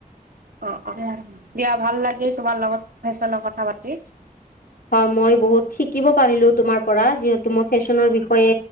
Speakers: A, on the right; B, on the left.
A: অ', অ', দিয়া ভাল লাগিল তোমাৰ লগত ফেশ্বনৰ কথা পাতি।
B: হয়, মই বহুত শিকিব পাৰিলো তোমাৰ পৰা যিহেতু মই ফেশ্বনৰ বিষয়ে